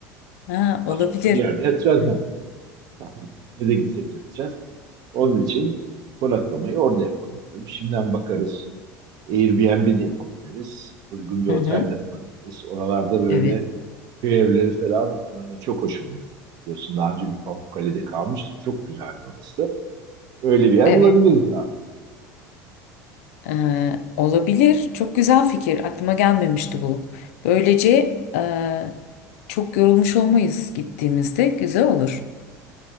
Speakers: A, on the left (about 60°); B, on the right (about 45°).
A: Ha, olabilir.
B: Nasıl olsa bir yerde yatacağız
A: Hmm.
B: yani. Yani ne de gitsek yatacağız. Onun için konaklamayı orada yapalım diyorum. Şimdiden bakarız. Airbnb de yapabiliriz. Uygun bir
A: Hı
B: otel
A: hı.
B: de bulabiliriz. Oralarda böyle
A: Evet.
B: köy evleri falan e, çok hoş oluyor. Biliyorsun daha önce bir Pamukkale'de kalmıştık. Çok güzeldi orası da. Öyle bir yer
A: Evet.
B: bulabiliriz artık.
A: Ee, olabilir. Çok güzel fikir. Aklıma gelmemişti bu. Böylece e, çok yorulmuş olmayız gittiğimizde. Güzel olur.